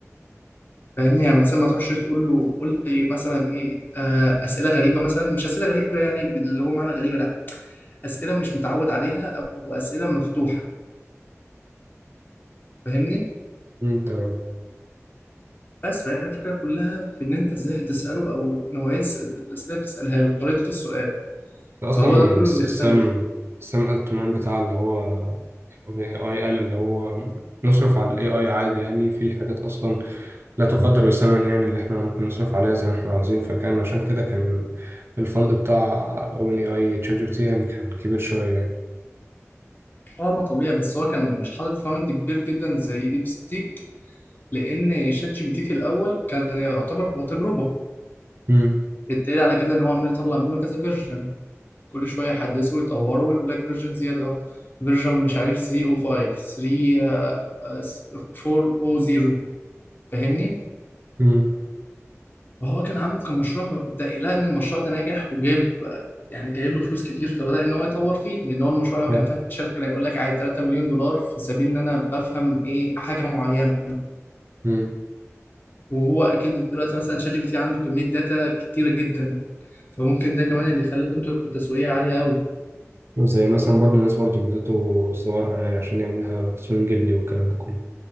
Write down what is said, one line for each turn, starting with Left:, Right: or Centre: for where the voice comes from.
Left: فاهمني يعني مثلا ما تروحش تقول له قول لي مثلا ايه آه، اسئله غريبه مثلا مش اسئله غريبه يعني اللي هو معنى غريبه لا اسئله مش متعود عليها او اسئله مفتوحه فاهمني
Right: أمم، تمام
Left: بس فهي الفكرة كلها في إن أنت إزاي هتسأله أو نوعية الس- الأسئلة اللي بتسألها له طريقة السؤال
Right: اصلا
Left: فهو ده كله
Right: س-
Left: بيختلف
Right: سام سام التمان بتاع اللي هو اي اي قال اللي هو نصرف على الاي اي عادي يعني في حاجات اصلا لا تقدر بثمن يعني اللي احنا ممكن نصرف عليها زي ما احنا عاوزين فكان عشان كده كان الفند بتاع اوبن اي اي تشات جي بي تي يعني كان كبير شويه يعني.
Left: اه ما طبيعي بس هو كان مش حاطط فوند كبير جدا زي ديب ستيك لأن شات جي بي تي في الأول كان يعتبر هو تجربة
Right: مم.
Left: التالي على كده إن هو عمال يطلع منه كذا فيرجن كل شوية يحدثه ويطوره ويقول لك فيرجن زيادة أهو فيرجن مش عارف 305 3 400 فاهمني
Right: مم.
Left: فهو كان عامله كمشروع مبدئي لقى ان المشروع ده ناجح وجايب يعني جايب له فلوس كتير فبدأ ان هو يطور فيه لان هو المشروع لو
Right: فاهم.
Left: كان فشل كان يقول لك عادي 3 مليون دولار في سبيل ان انا بفهم ايه حاجه معينه
Right: مم.
Left: وهو اكيد دلوقتي مثلا شات جي بي تي عنده كميه داتا كتيره جدا فممكن ده كمان اللي يخلي قيمته التسويقيه عاليه قوي
Right: وزي مثلا برضه الناس برضه اديته صورها يعني عشان يعملها تصميم جيبلي والكلام ده كله